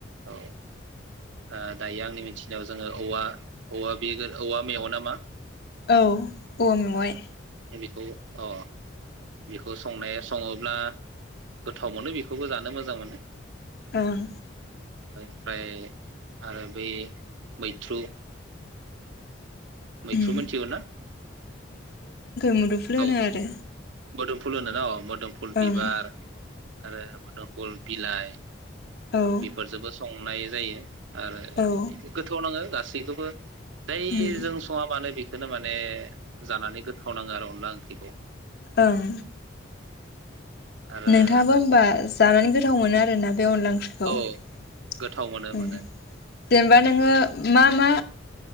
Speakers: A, on the right; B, on the left.
A: औ आ दायो आंनि मिथिनायाव जोङो औवा औवा बे औवा मेवा नामा?
B: औ औवा मेवाय
A: बेखौ अ बेखौ संनाया सङोब्ला गोथाव मोनो बेखौबो जानो मोजां मोनो।
B: ओं।
A: ओमफ्राय आरो बै मैथ्रु। मैथ्रु
B: उम
A: मिथिगौ ना?
B: मोदुफुल होनो
A: औ
B: आरो।
A: मोदोमफुल होनोना अ। मोदोमफुल बिबार।
B: ओं
A: आरो मोदोमफुल बिलाय।
B: औ
A: बेफोरजोंबो सङो। नाय जायो। आरो
B: औ
A: बिदि गोथाव नाङो जा सिगखौबो जायजों
B: उम
A: सङा मानो बि नो माने जानानै गोथाव नाङो आर'। अनला ओंख्रिखौ।
B: ओं।
A: आरो
B: नोंथाङाबो होनबा जानानै गोथ गोथाव मोनो आरोना। बे अनला ओंख्रिखौ <inaudible>
A: औ गोथाव मोनो
B: उम
A: मोनो
B: जेनेबा नोङो मा मा